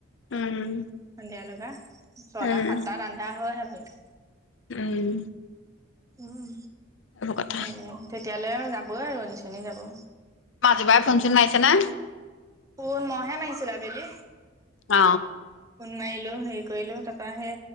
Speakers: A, on the left; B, on the right.
A: উম
B: সন্ধিয়া লগা ছটা
A: উম
B: সাতটা বান্ধা হয়হে ভালকে
A: উম
B: উম
A: এইবোৰ কথা
B: হেনে, তেতিয়ালে আৰু যাবই আৰু নিচনী যাব।
A: মাজু বাই ফোন-চোন মাৰিছে নে?
B: ফোন, মইহে মাৰিছিলোঁ আবেলি।
A: অ
B: মাৰিলো, হেৰি কৰিলো তাৰপৰা সেই